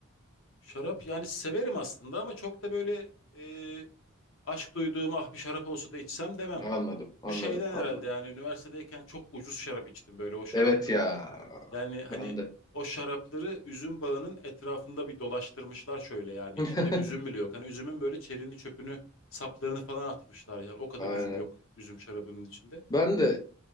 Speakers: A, on the left; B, on the left.
A: Şarap yani severim aslında ama çok da böyle e, aşk duyduğum ah bir şarap olsa da içsem demem.
B: Anladım. Anladım.
A: Bu şeyden
B: Anladım.
A: herhalde yani üniversitedeyken çok ucuz şarap içtim böyle o şarapları.
B: Evet ya.
A: Yani hani
B: Ben de.
A: o şarapları üzüm bağının etrafında bir dolaştırmışlar şöyle yani
B: <laughs>
A: içinde üzüm bile yok. Hani üzümün böyle çerini çöpünü saplarını falan atmışlar yani o kadar
B: Aynen.
A: üzüm yok üzüm şarabının içinde.
B: Ben de